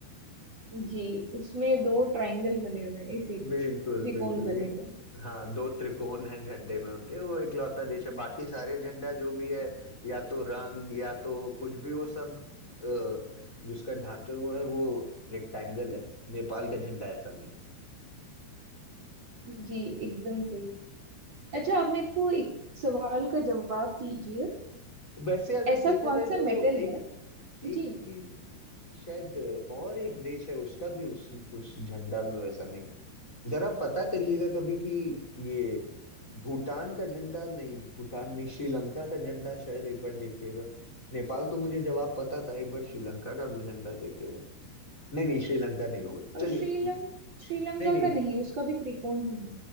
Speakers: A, on the right; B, on the left.
A: जी उसमें दो ट्रायंगल बने हुए हैं इसीलिए
B: बिल्कुल
A: त्रिकोण
B: बिल्कुल
A: बने
B: ये
A: हुए
B: हाँ दो त्रिकोण हैं झंडे में उनके वो इकलौता देश है बाकी सारे झंडा जो भी है या तो रंग या तो कुछ भी वो सब अ, जिसका ढांचा हुआ है वो रेक्टेंगल है नेपाल का झंडा ऐसा नहीं
A: हैं जी एकदम सही अच्छा आप मेरे को एक सवाल का जवाब दीजिए
B: वैसे अगर
A: ऐसा
B: देखा
A: कौन
B: जाए
A: सा
B: तो
A: मेटल
B: एक
A: है
B: एक
A: जी
B: चीज शायद और एक देश है उसका भी उस उस झंडा में वैसा नहीं जरा पता करिएगा कभी कि ये भूटान का झंडा नहीं भूटान नहीं श्रीलंका का झंडा शायद एक बार देखिएगा नेपाल तो मुझे जवाब पता था एक बार श्रीलंका का भी झंडा देखिएगा नहीं नहीं श्रीलंका नहीं होगा
A: और
B: चलिए
A: श्रीलंका श्रीलंका
B: नहीं नहीं
A: का
B: नहीं
A: नहीं उसका भी त्रिकोण ही है